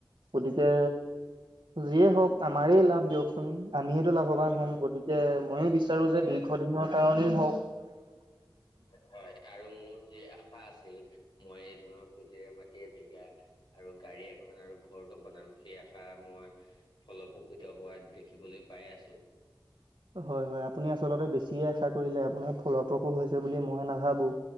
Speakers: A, on the right; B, on the left.
A: গতিকে যিয়ে হওক আমাৰেই লাভ দিয়কচোন। আমিয়েতো লাভৱান
B: হয়
A: হ'ম গতিকে ময়ে বিচাৰো
B: হয়
A: যে দীৰ্ঘ দিনৰ কাৰণেই হওক <inaudible>
B: হয় আৰু মোৰ যি আশা আছিল মই এই ধনৰ পুঁজিৰে মাটি এবিঘা আৰু গাড়ী এখন আৰু ঘৰটো বনাম সেই আশা মই ফলপ্ৰসিত হোৱা দেখিবলৈ পাই আছোঁ।
A: হয়-হয় আপুনি আচলতে বেছিয়ে আশা কৰিলে আপোনাৰ ফলপ্ৰসূ হৈছে বুলি মই নাভাবোঁ